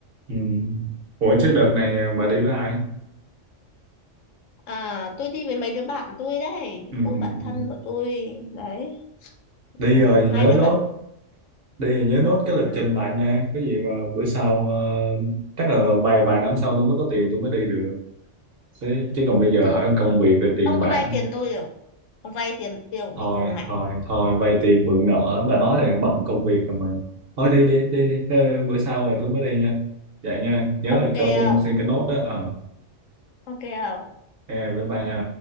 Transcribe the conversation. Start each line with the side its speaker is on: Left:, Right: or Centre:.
Right: ừ. Ủa chứ đợt này à, bà đi với ai?
Left: À, tôi đi với mấy đứa bạn tôi đấy,
Right: Ừ, ừ.
Left: cô bạn thân của tôi đấy,
Right: Đi
Left: ừ,
Right: rồi nhớ
Left: hai đứa
Right: nốt
Left: bạn.
Right: đi thì nhớ nốt cái lịch
Left: Ừ,
Right: trình lại nha có gì mà bữa sau ờ, chắc là vào vài vài năm sau tôi mới có tiền tôi mới đi được chứ, chứ còn bây giờ
Left: rồi
Right: hả công việc rồi tiền
Left: ông
Right: bạc
Left: có vay
Right: nữa.
Left: tiền tôi không? Ông vay tiền tôi không
Right: thôi
Left: đi cùng này.
Right: thôi thôi vay tiền mượn nợ lắm bà nói là bận công việc rồi mà thôi đi đi đi đi Ờ, bữa sau rồi tôi mới đi nha vậy nha nhớ
Left: Ok
Right: là cho
Left: không?
Right: tôi xin cái nốt đó ờ
Left: Ok không?
Right: ok, bye bye nha